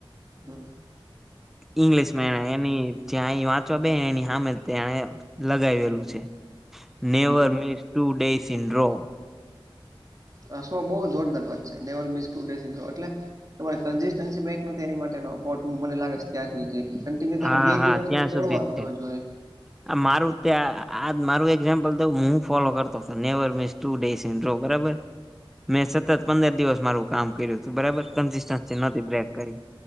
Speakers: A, on the right (about 40°); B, in the centre.
A: હમ
B: ઈંગ્લિશમાં એની જ્યાં વાંચવા બે એની સામે તેને લગાવેલું છે, never
A: હમ
B: miss two days in row
A: આ શો બહુ જોરદાર વાત છે, never miss two days in એટલે તમારે કન્સિસ્ટન્સી બ્રેક નથી, એની માટેનો કોર્ટ, હું મને લાગે ત્યાં સુધી જે કનટિનયુ
B: હા
A: તારો બે
B: હા
A: દિવસ
B: ત્યાં
A: તો
B: સુધી
A: તોડવા જ
B: છે
A: ન જોઈએ.
B: આ મારું, ત્યાં આ મારું એક્ઝામ્પલ દ હું ફોલો કરતો મિસ. ટુ ડેસ ઈન બરાબર, મેં સતત પંદર દિવસ મારું કામ કર્યું હતું બરાબર. બ્રેક કરી,